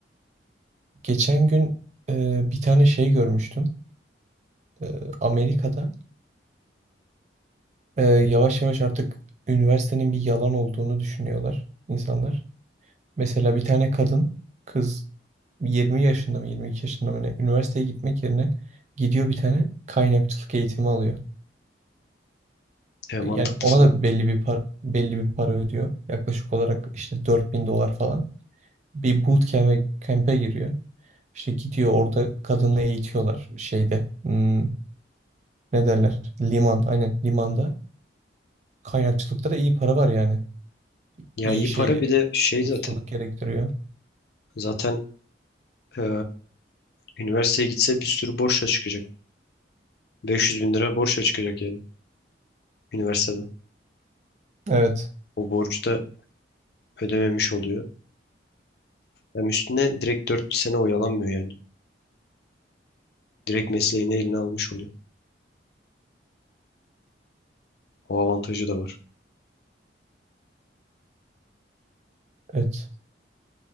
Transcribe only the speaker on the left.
E, mantıklı
sana.
Ya
iyi
para
bir de şey
zaten.
Zaten e, üniversiteye gitse bir sürü borçla çıkacak. 500 bin lira borç çıkacak yani üniversiteden.
O borcu da ödememiş oluyor. Hem üstüne direkt 4 sene oyalanmıyor yani. Direkt mesleğini eline almış oluyor. O avantajı da var.